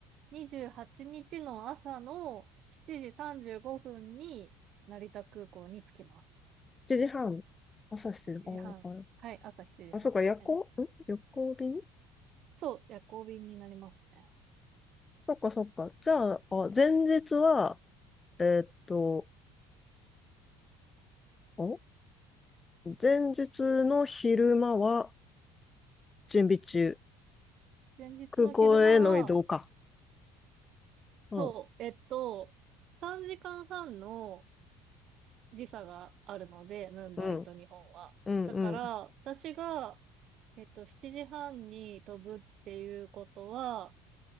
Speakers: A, on the right; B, on the left.
A: 28日の朝の7時35分に成田空港に着きます。
B: 7時半、朝してああ、
A: 7時半。
B: はい
A: はい、朝7時半ですね。
B: あ、そっか、夜行、ん夜行便
A: そう、夜行便になりますね。
B: そっか、そっか。じゃあ、あ、前日は、えーっと、お前日の昼間は準備中。
A: 前日の昼間は、
B: 空港への移動か。うん、
A: そう、えっと、3時間半の時差があるので、ムンバイと日本は。
B: うん、うん、
A: だから、
B: うん、
A: 私が、えっと、7時半に飛ぶっていうことは、